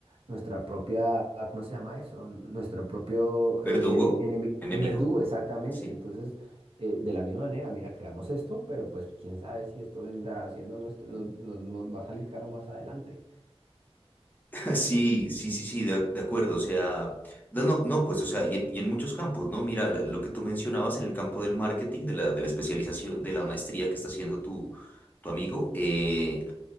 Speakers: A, on the right; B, on the left.
A: nuestra propia, ah, ¿cómo se llama eso? Nuestro propio
B: <laughs>
A: eh,
B: verdugo,
A: enem- enemi-
B: enemigo.
A: eh, verdugo, exactamente.
B: Sí.
A: Entonces, eh, de la misma manera, mira, creamos esto, pero pues quién sabe si esto vendrá haciendo, nos, nos, nos va a salir caro más adelante.
B: <laughs> Sí, sí, sí, sí, de, de acuerdo, o sea, no, no, no, pues, o sea, y en, y en muchos campos, ¿no? Mira, la- lo que tú mencionabas en el campo del marketing, de la, de la especialización, de la maestría que está haciendo tu, tu amigo, eh,